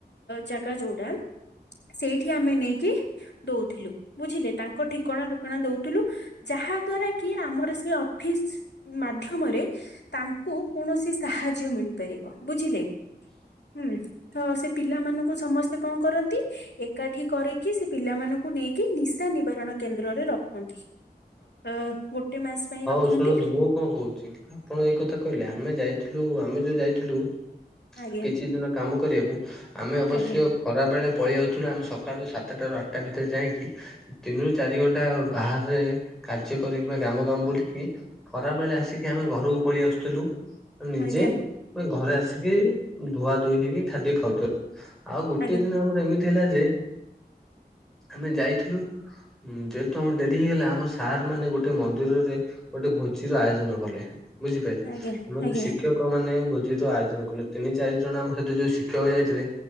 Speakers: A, on the left; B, in the centre.
A: ଜାଗା ଯୋଉଟା, ସେଇଠି ଆମେ ନେଇକି ବି ଦଉଥିଲୁ ବୁଝିଲେ ତାଙ୍କ ଠିକଣା ଣା ଦଉଥିଲୁ ଯାହା ଦ୍ଵାରା କି ଆମର ସେ ଅଫିସ ମାଧ୍ୟମରେ ତାଙ୍କୁ କୌଣସି ସାହାଯ୍ୟ ମିଳିପାରିବ ବୁଝିଲେ, ହୁଁ। ତ ସେ ପିଲାମାନଙ୍କୁ ସମସ୍ତେ କଣ କରନ୍ତି ଏକାଠି କରକି ସେ ପିଲାମାନଙ୍କୁ ନେଇ କି ନିଶା ନିବାରଣ କେନ୍ଦ୍ରରେ ରଖନ୍ତି ଅ ଗୋଟେ ମାସ ପାଇଁ
B: ହଁ
A: ରଖନ୍ତି।
B: ହଉ ଶୁଣନ୍ତୁ ମୁଁ କଣ କହୁଚି, ଆପଣ ଏଇ କଥା କହିଲେ ଆମେ ଯାଇଥିଲୁ ଆମେ ଯୋଉ ଯାଇଥିଲୁ
A: ଆଜ୍ଞା
B: କିଛି ଦିନ କାମ କରିବାକୁ ଆମେ ଅବଶ୍ୟ
A: ଆଜ୍ଞା
B: ଖରାବେଳେ ପଳେଇଯାଉଥିଲୁ ଆମେ ସକାଳୁ ସାତଟାରୁ ଆଠଟା ଭିତରେ ଯାଇକି। ତିନି ରୁ ଚାରି ଘଣ୍ଟା ବାହରେ କାର୍ଯ୍ୟ କରିକି ବା ଗ୍ରାମ ଗ୍ରାମ ବୁଲିକି ଖରା ବେଳେ ଆସିକି ଆମେ ଘରକୁ ପଳେଇ ଆସୁଥିଲୁ। ନିଜେ
A: ଆଜ୍ଞା
B: ଘରେ ଆସିକି ଧୁଆ ଧୋଇ ହେଇକି ଖାଦ୍ୟ ଖାଉଥିଲୁ। ଆଉ ଗୋଟିଏ
A: ଆଜ୍ଞା
B: ଦିନ ଆମର ଏମିତି ହେଲା ଯେ ଆମେ ଯାଇଥିଲୁ। ହୁଁ ଯେହେତୁ ଆମ ଢ଼େ ହେଇଗଲା ଆମ ସାର୍ ମାନେ ଗୋଟେ ମନ୍ଦିରରେ ଗୋଟେ ଭୋଜିର ଆୟୋଜନ କଲେ। ବୁଝିପାରିଲେ
A: ଆଜ୍ଞା
B: ଆମର
A: ଆଜ୍ଞା
B: ଯ ଶିକ୍ଷକ ଲୋକ ମାନେ ଭୋଜି ର ଆୟୋଜନ କଲେ ତିନି ଚାରି ଜଣ ଆମ ସହିତ ଯୋଉ ଶିକ୍ଷକ ଯାଇଥିଲେ